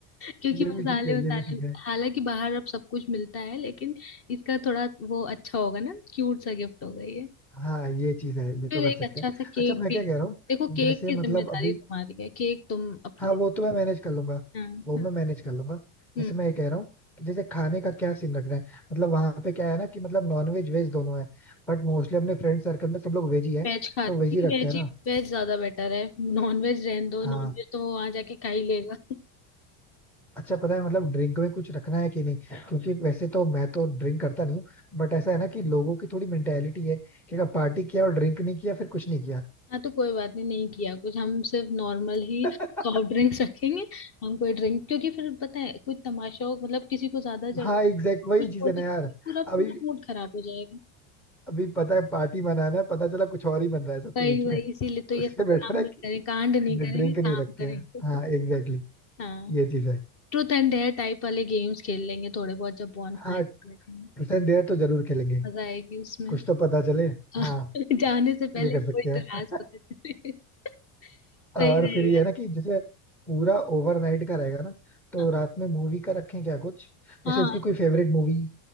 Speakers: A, on the left; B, in the centre.
A: क्योंकि
B: ये
A: मसाले
B: भी ठीक है
A: वसाले
B: ये भी ठीक है
A: हालांकि बाहर अब सब कुछ मिलता है लेकिन इसका थोड़ा वो अच्छा होगा ना क्यूट सा गिफ्ट होगा ये
B: हाँ ये चीज है ये तो
A: फिर
B: कर
A: एक
B: सकते
A: अच्छा
B: हैं
A: सा केक
B: अच्छा मैं
A: भी
B: क्या कह रहा हूँ
A: देखो केक
B: जैसे
A: की जिम्मेदारी
B: मतलब अभी
A: तुम्हारी है केक तुम अपने
B: हाँ वो तो मैं मैनेज कर लूंगा
A: हाँ
B: वो
A: हाँ,
B: मैं मैनेज कर लूंगा
A: हम्म
B: जैसे मैं ये कह रहा हूँ कि जैसे खाने का क्या सीन रखना है मतलब वहां पे क्या है ना कि मतलब नॉन वेज वेज दोनों है बट मोस्टली अपने फ्रेंड सर्कल में सब लोग वेज ही है
A: वेज खाते
B: तो वेज ही रखते
A: वेज
B: हैं ना
A: ही वेज ज्यादा बेटर है नॉन वेज रहने दो
B: हाँ
A: नॉन वेज तो वो वहां जाके खा ही लेगा
B: अच्छा पता है मतलब ड्रिंक में कुछ रखना है कि नहीं क्योंकि वैसे तो मैं तो ड्रिंक करता नहीं हूँ बट ऐसा है ना कि लोगों की थोड़ी मेंटेलिटी है कि अगर पार्टी किया और ड्रिंक नहीं किया फिर कुछ नहीं किया
A: हाँ तो कोई बात नहीं नहीं किया कुछ हम सिर्फ नॉर्मल ही
B: <laughs>
A: सॉफ्ट ड्रिंक्स रखेंगे हम कोई ड्रिंक क्योंकि फिर पता है कुछ तमाशा हो मतलब किसी को ज्यादा जरूरत
B: हाँ एग्जैक्ट
A: हो,
B: वही
A: तो कुछ
B: चीज
A: बोले
B: है ना यार
A: तो पूरा पूरा
B: अभी
A: मूड खराब हो जाएगा
B: अभी पता है पार्टी मनाना है पता चला कुछ और ही बन रहा है सबके
A: वही
B: बीच
A: वही
B: में
A: इसीलिए
B: <laughs>
A: तो ये
B: उससे
A: सब काम
B: बेटर है
A: नहीं
B: कि
A: करें कांड नहीं करेंगे
B: ड्रिंक
A: काम
B: नहीं रखते
A: करेंगे
B: हैं हाँ
A: <laughs>
B: एग्जैक्टली exactly,
A: हाँ
B: ये चीज है
A: ट्रूथ एंड डेयर टाइप वाले गेम्स खेल लेंगे थोड़े बहुत जब बॉन
B: हाँ
A: फायर बैठेंगे
B: ट्रूथ एंड डेयर तो जरूर खेलेंगे
A: मजा आएगी उसमें
B: कुछ तो पता चले
A: <laughs>
B: हाँ
A: जाने से पहले
B: ये कर
A: कोई
B: सकते हैं
A: तो राज पता चले <laughs>
B: और
A: सही रहेगा
B: फिर ये है ना कि जैसे पूरा ओवरनाइट का रहेगा ना तो
A: हाँ
B: रात में मूवी का रखें क्या कुछ
A: हाँ
B: जैसे उसकी कोई फेवरेट मूवी